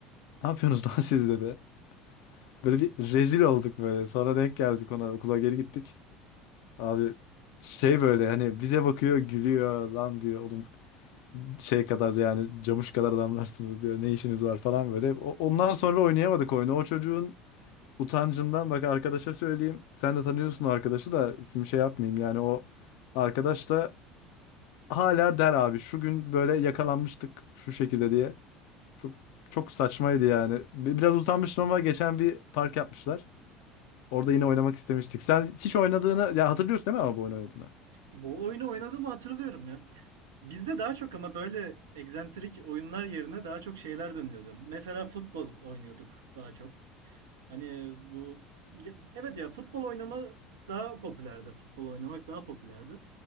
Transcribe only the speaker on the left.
ne yapıyorsunuz lan siz dedi Böyle bir rezil olduk böyle. Sonra denk geldik ona okula geri gittik. Abi şey böyle hani bize bakıyor gülüyor lan diyor oğlum şey kadar yani camış kadar adamlarsınız diyor ne işiniz var falan böyle. O- ondan sonra oynayamadık oyunu. O çocuğun utancından bak arkadaşa söyleyeyim. Sen de tanıyorsun o arkadaşı da isim şey yapmayayım yani o arkadaş da hala der abi şu gün böyle yakalanmıştık şu şekilde diye. Çok çok saçmaydı yani. Bi- Biraz utanmıştım ama geçen bir park yapmışlar. Orada yine oynamak istemiştik. Sen hiç oynadığını ya hatırlıyorsun değil mi ama bu oyunu oynadığını?